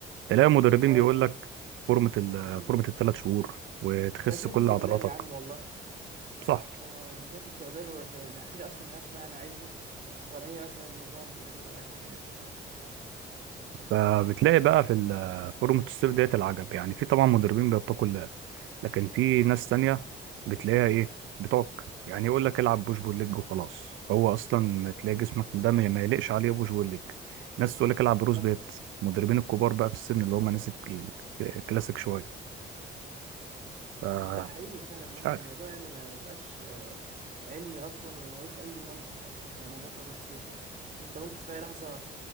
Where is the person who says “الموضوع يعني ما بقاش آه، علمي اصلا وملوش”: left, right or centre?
Right